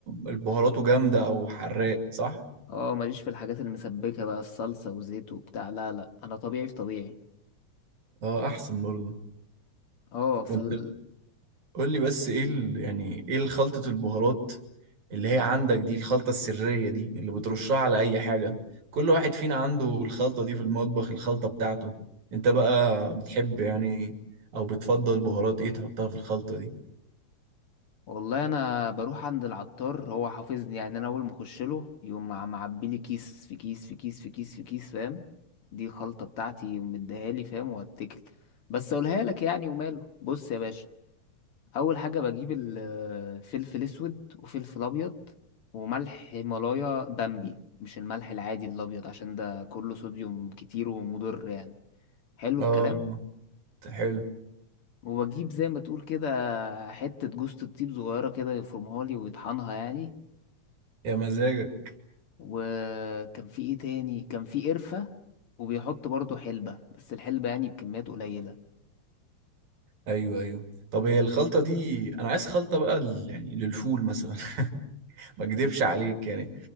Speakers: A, on the right; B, on the left.
A: البهاراته جامدة او حراق صح
B: اه ماليش في الحاجات المسبكه بقى الصلصه وزيت وبتاع لا لا انا طبيعي في طبيعي
A: اه احسن برضو
B: اه فال
A: وانت قول لي بس ايه ال... يعني ايه خلطة البهارات اللي هي عندك دي الخلطة السرية دي اللي بترشها على اي حاجة كل واحد فينا عنده الخلطة دي في المطبخ الخلطة بتاعته انت بقى بتحب يعني او بتفضل بهارات ايه تحطها في الخلطة دي
B: والله انا بروح عند العطار هو حافظني يعني انا اول ما اخش له يقوم مع- معبي لي كيس في كيس في كيس في كيس في كيس فاهم دي خلطه بتاعتي ومديها لي فاهم واتكل بس اقولها لك يعني وماله بص يا باشا اول حاجه بجيب الفلفل اسود وفلفل ابيض وملح هيمالايا بامبي مش الملح العادي الابيض عشان ده كله صوديوم كتير ومضر يعني حلو الكلام
A: اه ده حلو
B: وبجيب زي ما تقول كده حته جوزة الطيب صغيره كده يفرمها لي ويطحنها يعني
A: يا مزاجك
B: وكان في ايه تاني كان في قرفه وبيحط برضو حلبه بس الحلبه يعني بكميات قليله
A: ايوه ايوه طب هي الخلطة دي انا عايز خلطة بقى ل- يعني للفول مثلا <laughs> ما اكدبش عليك يعني